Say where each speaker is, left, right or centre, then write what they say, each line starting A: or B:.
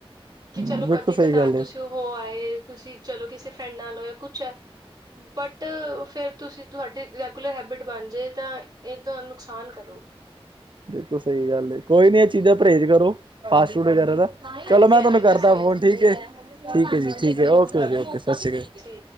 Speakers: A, on the right; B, on the right.
A: ਕਿ
B: ਬਿਲਕੁਲ
A: ਚਲੋ ਕਦੇ
B: ਸਹੀ
A: ਕਤਾਰ
B: ਗੱਲ
A: ਤੁਸੀਂ
B: ਏ
A: ਉਹ ਹੋ ਆਏ ਤੁਸੀਂ ਚਲੋ, ਕਿਸੇ ਫਰੈਂਡ ਨਾਲ ਹੋ ਕੁਛ ਹੈ। ਬਟ ਫੇਰ ਤੁਸੀਂ ਤੁਹਾਡੀ ਰੈਗੂਲਰ ਹੈਬਿਟ ਬਣਜੇ ਤਾਂ। ਇਹ ਤਾਂ ਨੁਕਸਾਨ ਕਰੂ
B: ਬਿਲਕੁਲ ਸਹੀ ਗੱਲ ਹੈ, ਕੋਈ ਨੀ ਇਹ ਚੀਜ਼ਾਂ ਪਰਹੇਜ ਕਰੋ, ਫਾਸਟ ਫੂਡ ਵਗੈਰਾ ਦਾ
A: ਹਾਂਜੀ
B: ਚਲੋ ਮੈਂ
A: ਹਾਂਜੀ
B: ਤੁਹਾਨੂੰ ਕਰਦਾ,
A: ਤੁਸੀਂ ਵੀ
B: ਫੋਨ ਠੀਕ-ਠੀਕ ਹੈ ਜੀ ਠੀਕ ਹੈ, ਓਕੇ
A: ਠੀਕ
B: ਜੀ ਓਕੇ ਸਤਿ ਸ਼੍ਰੀ ਅਕਾਲ।
A: ਠੀਕ